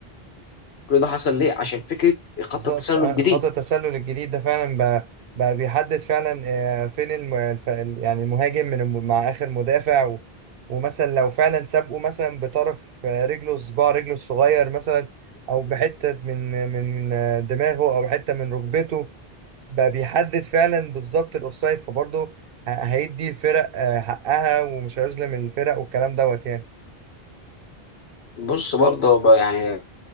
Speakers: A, on the left (about 85°); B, on the right (about 65°).
A: كل ده حصل ليه؟ عشان فكره خط
B: بالظبط
A: التسلل
B: آه،
A: الجديد
B: خط التسلل الجديد ده فعلا بقى, بقى بيحدد فعلا آه، فين الم... الف... ال- يعني المهاجم من الم... مع اخر مدافع و... ومثلا لو فعلا سابقه مثلا بطرف آه، رجله صباع رجله الصغير مثلا او بحته من من آه، دماغه او حته من ركبته بقى بيحدد فعلا بالظبط الاوفسايد فبرضه ه- هيدي الفرق آه، حقها ومش هيظلم الفرق والكلام دوت يعني
A: بص برضه بقى يعني